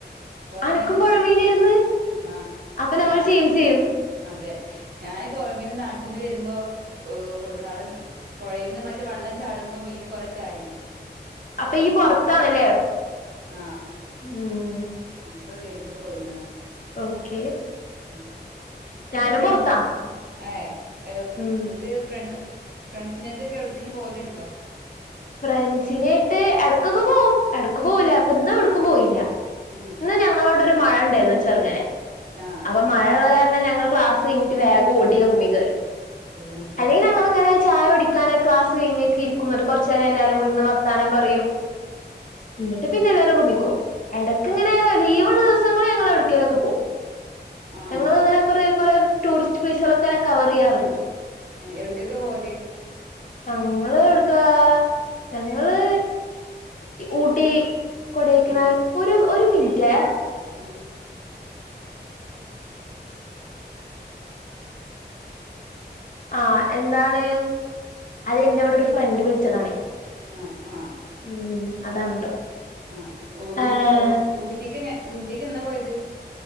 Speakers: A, on the right; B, on the left.
A: പുഴമീന
B: അനക്കും പുഴ
A: തിന്ന്
B: മീനായിരുന്ന്
A: ആ
B: അപ്പൊ നമ്മൾ
A: ഞാൻ
B: സെയിം സെയിം
A: അതെ ഞാൻ പുഴമീന് നാട്ടിൽന്ന് വരുമ്പോ കുട്ടനാടൻ പുഴേന്ന് മറ്റേ വെള്ളം ചാടുമ്പോ മീന് കൊറ ചാടി
B: അപ്പൊ ഈ പൊറത്താണല്ലേ
A: ആ
B: ഉം
A: ഇപ്പൊ വരുമ്പോ കൊടുുന്നാ
B: ഓക്കെ
A: ഉം എന്നിട്ട്
B: ഞാനും
A: ഫ്രണ്ട്സ്
B: പൊറത്താ
A: അ ഏ എം
B: ഉം
A: എന്നിട്ട് ഫ്രണ് ഫ്രണ്ട്സിനേക്കെ എവിടക്കങ്കിലും പോലുണ്ടോ
B: ഫ്രണ്ട്സിനായിട്ട് എടക്കൊക്കെ പോകവും എടക്ക് പോവില്ല അപ്പ ഇന്ന് ക്കും പോയില്ല
A: ഉം
B: ഇന്ന് ഞങ്ങളവിട ഒരു മഴ ഉണ്ടായിരുന്നു ചെറുങ്ങനെ
A: ആ
B: അപ്പൊ മഴയള്ള കാ ഇന്ന് ഞങ്ങൾ ക്ലാസ് കഴിഞ്ഞിട്ട് വേഗം ഓടി റൂമിൽ കയറി
A: റൂമ് കേറി
B: അല്ലെങ്കിൽ ഞങ്ങൾ ഇങ്ങനെ ചായ കുടിക്കാന ക്ലാസ് കഴിഞ്ഞിക്ക ഇരിക്കുമ്പം കുറ ചില എല്ലാരും കൂടിയിരുന്ന് വർത്താനം പറയും എന്നിട്ട് പിന്നെല്ലാരും റൂമിക്കോവും എടക്ക് ഇങ്ങനെ ലീവ്ള്ള ദിവ സങ്ങള് ഞങ്ങള് എവിട്ക്കേലൊക്ക പോവും
A: ആ
B: ഞങ്ങള് ഇങ്ങനെ കൊറെ കൊറെ ടൂറിസ്റ്റ് പ്ലൈസുകളൊക്കെ കവർ ചെയ്യാറുണ്ട്
A: ആ എവിടക്കൊക്കെ പോവല്
B: ഞങ്ങള് എവിടക്കാ ഞങ്ങള് ഊട്ടി കൊടൈക്കനാൽ
A: ഉം
B: <unintelligible> ഒരു മിനിറ്റേ
A: ഉം
B: ആ എന്താണ് അത് ന്നെ ഇവിടെ ഒരു ഫ്രണ്ട് വിളിച്ചതാണേ
A: ആ ആ
B: ഉം അതാണ് ട്ടോ
A: ആ ഊട്ടി
B: ഏ
A: ഊട്ടിക്ക് ഊട്ടിക്ക് എന്നാ പോയത്